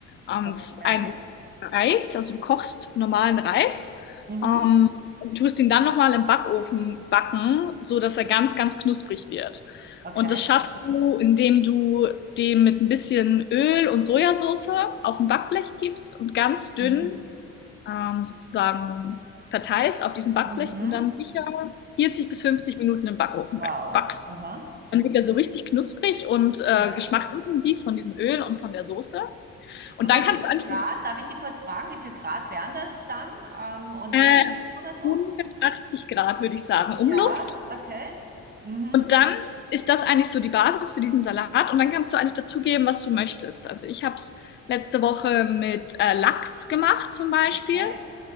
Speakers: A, on the left; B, on the right.
A: Ähm,
B: Okay.
A: es ist eigentlich Reis, also du kochst normalen Reis.
B: Mhm.
A: Ähm, und tust ihn dann nochmal im Backofen backen, so dass er ganz, ganz knusprig wird.
B: Okay.
A: Und das schaffst du, indem du dem mit ein bisschen Öl und Sojasauce auf ein Backblech gibst und ganz dünn
B: Mhm.
A: ähm, sozusagen verteilst auf diesem Backblech
B: Mhm.
A: und dann sicher 40 bis 50 Minuten im Backofen
B: Wow.
A: back- backst.
B: Aha.
A: Dann wird er so richtig knusprig und äh,
B: Ja.
A: geschmacksintensiv von diesem Öl und von der Soße. Und
B: Du, bei
A: dann kannst
B: wie viel
A: du eigentlich
B: Grad? Darf ich dich kurz fragen, wie viel Grad wären das dann? Ähm, und
A: äh,
B: Umluft oder so?
A: 180 Grad, würde ich sagen,
B: Ja,
A: Umluft.
B: okay. Mhm,
A: Und dann ist das eigentlich so die Basis für diesen Salat. Und dann kannst du eigentlich dazugeben, was du möchtest. Also ich habe es letzte Woche mit äh, Lachs gemacht zum Beispiel.
B: okay.